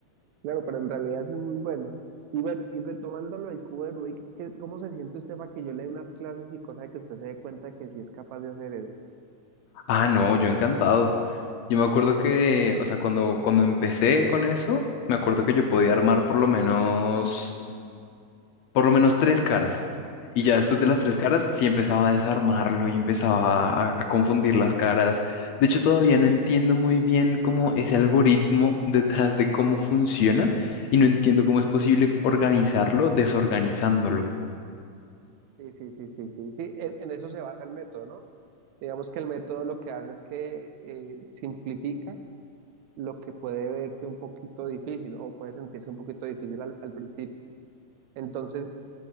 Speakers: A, on the right (about 80°); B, on the left (about 75°).
A: Claro, pero en realidad eso es muy bueno. Y bueno, y retomando lo del cubo de Rubik, ¿qué- ¿cómo se siente usted para que yo le dé unas clases y cosa de que usted se dé cuenta de que sí es capaz de hacer eso?
B: Ah, no, yo encantado. Yo me acuerdo que, o sea, cuando, cuando empecé con eso, me acuerdo que yo podía armar por lo menos por lo menos tres caras. Y ya después de las
A: Sí,
B: tres caras, sí empezaba a desarmarlo y empezaba a, a confundir las caras. De hecho, todavía no entiendo muy bien cómo ese algoritmo <laughs> detrás de cómo funciona y no entiendo cómo es posible organizarlo desorganizándolo.
A: sí, sí, sí, sí, sí, sí. En, en eso se basa el método, ¿no? Digamos que el método lo que hace es que eh, simplifica lo que puede verse un poquito difícil o puede sentirse un poquito difícil al, al principio. Entonces,